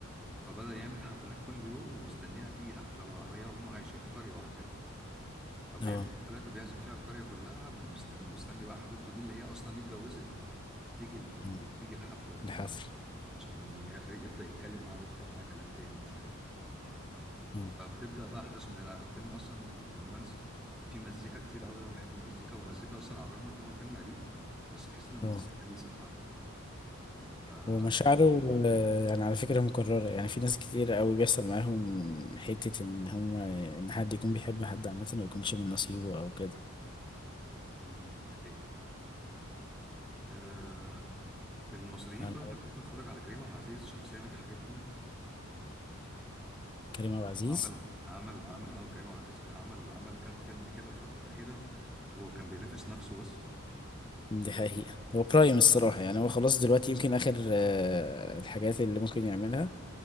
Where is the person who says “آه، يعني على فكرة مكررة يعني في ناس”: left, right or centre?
Left